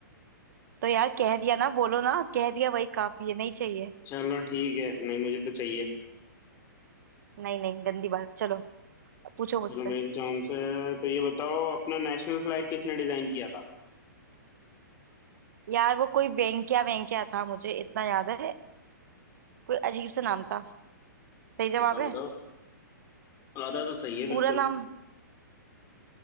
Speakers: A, on the right; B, on the left.
A: तो यार कह दिया ना बोलो ना कह दिया वही काफी है नहीं चाहिए
B: चलो ठीक है नहीं मुझे तो चाहिए
A: नहीं नहीं गंदी बात चलो पूछो मुझसे
B: चलो मेरी चांस है तो ये बताओ अपना नेशनल फ्लैग किसने डिजाइन किया था
A: यार वो कोई वेंक्या वेंक्या था मुझे इतना याद है कोई अजीब सा नाम था सही
B: बताओ
A: जवाब
B: बताओ
A: है
B: आधा तो सही है बिल्कुल
A: पूरा नाम